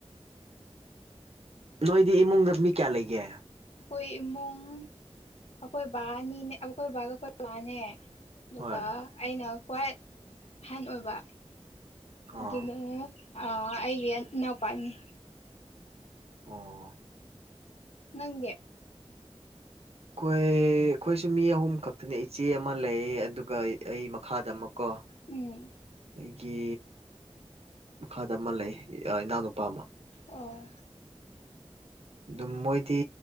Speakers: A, on the right; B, on the left.
A: ꯅꯣꯏꯗꯤ ꯏꯃꯨꯡꯗ ꯃꯤ ꯀ꯭ꯌꯥ ꯂꯩꯒꯦ
B: ꯑꯈꯣꯏ ꯏꯃꯨꯡ ꯑꯈꯣꯏ ꯕꯥꯅꯤꯅꯦ ꯑꯈꯣꯏ ꯕꯥꯒ ꯑꯈꯣꯏ ꯃꯥꯅꯦ ꯑꯗꯨꯒ
A: ꯍꯣꯏ
B: ꯑꯩꯅ ꯈ꯭ꯋꯥꯏ ꯑꯍꯟ ꯑꯣꯏꯕ
A: ꯑꯥ
B: ꯑꯗꯨꯅ ꯑ ꯑꯩꯒꯤ ꯏꯅꯥꯎꯄꯥ ꯑꯅꯤ
A: ꯑꯣ
B: ꯅꯪꯗꯤ
A: ꯈꯣꯏ ꯈꯣꯏꯁꯨ ꯃꯤ ꯑꯍꯨꯝ ꯈꯛꯇꯅꯦ ꯏꯆꯦ ꯑꯃ ꯂꯩ ꯑꯗꯨꯒ ꯑꯩ ꯃꯈꯥꯗ ꯑꯃꯛꯀꯣ
B: ꯎꯝ
A: ꯑꯩꯒꯤ ꯃꯈꯥꯗ ꯑꯃ ꯂꯩ ꯏꯅꯥꯎꯅꯨꯄꯥ ꯑꯃ
B: ꯑꯣ
A: ꯑꯗꯨꯝ ꯃꯣꯏꯗꯤ